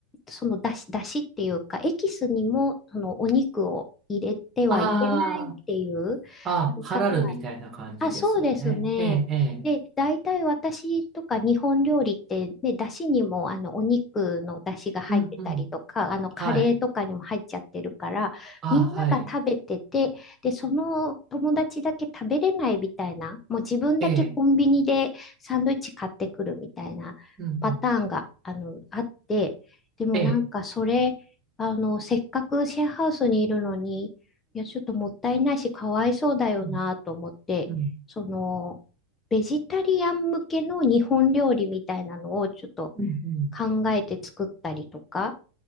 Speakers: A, on the left; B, on the right.
A: う、その出汁、出汁っていうか、エキスにも、そのお肉を入れてはいけないっていう、
B: ああ、
A: あの方が
B: あ、ハラルみたいな感じですよね。
A: あ、そうですね。
B: ええ、ええ。
A: で、大体私とか日本料理って、ね、だしにもあのお肉のだしが入ってたりとか、
B: うん、うん。
A: あのカレーとかにも入っちゃってるから、
B: はい。あ、
A: みんなが食べてて、
B: はい。
A: で、その友達だけ食べれないみたいな、もう自分だけコンビニでサンドイッチ買ってくるみたいなパターンがあのあって、
B: ええ、うん、うん。
A: でもなんかそれ、
B: ええ、
A: あの、せっかくシェアハウスにいるのに、いや、ちょっともったいないし、かわいそうだよなと思って、
B: うん、うん、
A: その、ベジタリアン向けの日本料理みたいなのをちょっと
B: うん、うん。
A: 考えて作ったりとか